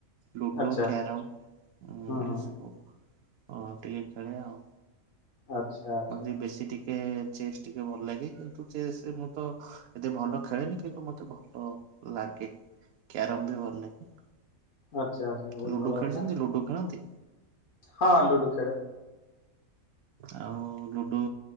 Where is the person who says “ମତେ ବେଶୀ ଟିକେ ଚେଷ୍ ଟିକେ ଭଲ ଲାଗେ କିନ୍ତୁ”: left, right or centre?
Right